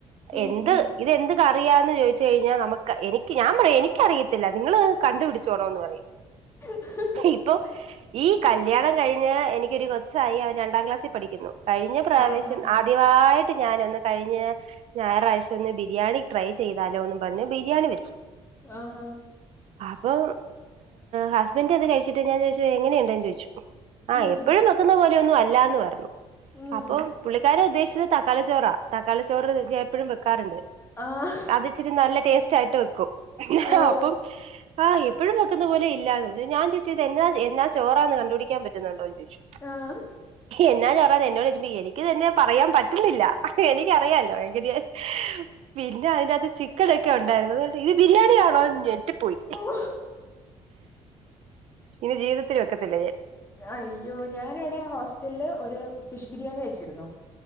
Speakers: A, on the left; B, on the right.
A: ഉം
B: എന്ത്
A: ഉം
B: ഇതെന്ത്‌ ക റിയാന്ന് ചോദിച്ചു കഴിഞ്ഞാൽ നമുക്ക് എനിക്ക് ഞാൻ പറയാ എനിക്കറിയത്തില്ല നിങ്ങള് കണ്ടുപിടിച്ചോണോന്ന് പറയും
A: വെച്ചോളൂന്ന്
B: ഇപ്പൊ ഈ കല്യാണ കഴിഞ്ഞഞ് എനിക്കൊരു കൊച്ചായി അവൻ രണ്ടാം ക്ലാസ്സിൽ പഠിക്കുന്നു കഴിഞ്ഞ പ്രാവശ്യം
A: പറയും കഴിഞ്ഞ
B: ആദ്യമായിട്ട് ്ഞാനൊന്ന് കഴിഞ് ഞായറാഴ്ച ഒന്ന് ബിരിയാണി ട്രൈ ചെയ്താലോ എന്ന് പറഞ്ഞ് ബിരിയാണി വെച്ചു
A: ആ
B: അപ്പം ഹസ്ബൻഡറ് അത് കഴിച്ചിട്ട് ഞാൻ ചോദിച്ചു എങ്ങനെയുണ്ടന്ന് ചോദിച്ചു ആഹ
A: ഉം
B: എപ്പോഴും വെക്കുന്ന പോലെയ ഒന്നും അല്ല എന്ന് പറഞ്ഞു
A: ഉം
B: അപ്പം പുള്ളിക്കാരെ ഉദ്ദേശിച്ച തക്കളി ചോറ തക്കാളി ചോറ്ഞ എപ്പോഴും വെക്കാറുണ്ട്
A: ആഹ്
B: അത് ഇച്ചിരി നല്ല ടേസ്റ്റ് ആയിട്ട് വെക്കും
A: ഓ
B: ആ അപ്പം ആ എപ്പോഴുംെക്കുന്ന പോല ഇല്ലാന്ന് ഞാൻ ചോിച്ചത് എന്നാ എന്നാ ചോറാന്ന് കണ്ടപിടാൻ പറ്റും ണ്ടോ ചോദിച്ച
A: ആഹ്
B: എന്നാ ചോറ എന്നോട് ചച്ച എനിക്ക് തന്നെ പറയാൻ പറ്റുന്നില്ല എനിക്കറിയാലോ എ പിന്നെ അതിനകത്ത് ചിക്കൻ ഒക്കെ ഉണ്ടായിരുന്നു അണ്ട് ഇത് ബിരിയാണിാണോന്ന് ഞിട്ട് പോയി
A: ഓ
B: ഇനി ജീവിതത്തി വെക്കത്തില്ല ഞാൻ
A: അയ്യോ ഞാനവിടെ ഹോസ്റ്റലില് ഒരു ഫിഷ് ബിരിയാണി വെച്ചിുന്ന